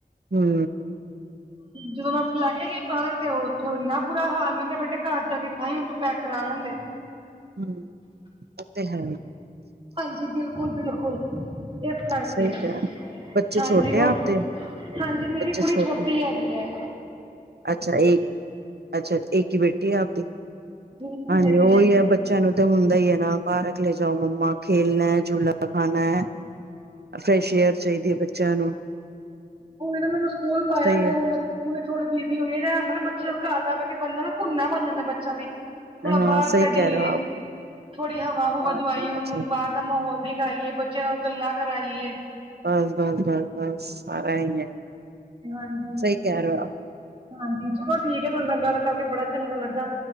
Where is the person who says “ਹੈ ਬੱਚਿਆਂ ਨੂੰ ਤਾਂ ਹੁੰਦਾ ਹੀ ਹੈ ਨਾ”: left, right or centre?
Right